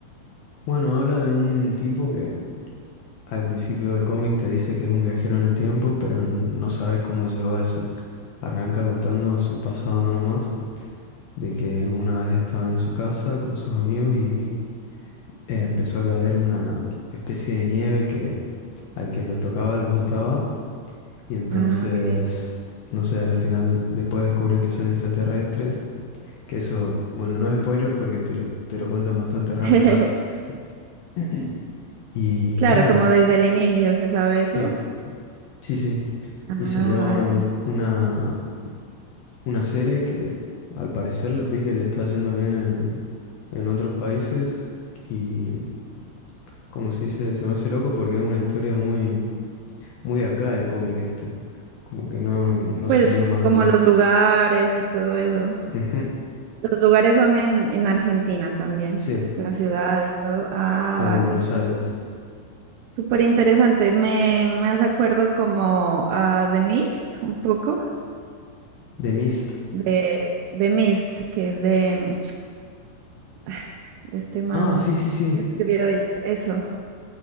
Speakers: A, on the left (about 65°); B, on the right (about 80°).
A: Bueno, habla de un tipo que al principio del cómic te dice que es un viajero en el tiempo, pero n- no sabes cómo llegó a eso. Arranca contando su pasado nomás, de que una vez estaba en su casa con sus amigos y eh, empezó a caer una especie de nieve que al que lo tocaba lo mataba. Y entonces,
B: Ah, ok.
A: no sé, al final después descubren que son extraterrestres. Que eso, bueno, no es spoiler porque te lo, te lo cuentan bastante rápido.
B: <laughs>
A: <laughs> <clears throat> Y
B: Claro,
A: nada,
B: como desde el inicio se sabe
A: sí,
B: eso.
A: sí, sí.
B: Ah,
A: Y salió
B: vale.
A: ahora un- una, una serie que al parecer vi que le está yendo bien en, en otros países. Y como se dice, se me hace loco porque es una historia muy, muy de acá el cómic este. Como que no, no
B: Pues
A: salió más
B: como
A: allá.
B: los lugares y todo eso.
A: Ujú,
B: Los lugares son en, en Argentina también,
A: Sí,
B: la ciudad y todo. Ah,
A: en
B: vale.
A: Buenos Aires.
B: Súper interesante. Me, me hace acuerdo como a The Mist, un poco,
A: The Mist.
B: de The Mist, que es de, mm, <sighs> de este man
A: Ah, sí, sí, sí.
B: que escribió It, eso,